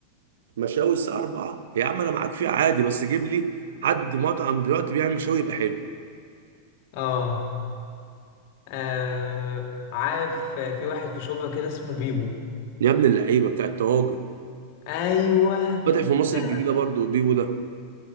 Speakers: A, on the right (about 70°); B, on the left (about 50°).
A: مشاوي الساعه 4 يا عم انا معاك فيها عادي بس جيب لي حد مطعم دلوقتي بيعمل مشاوي يبقى حلو
B: اه آه، عارف في واحد في شبرا كده اسمه بيبو
A: يا ابن اللعيبه بتاع الطواجن
B: ايوه
A: فاتح في مصر
B: ده
A: الجديده برضه بيبو ده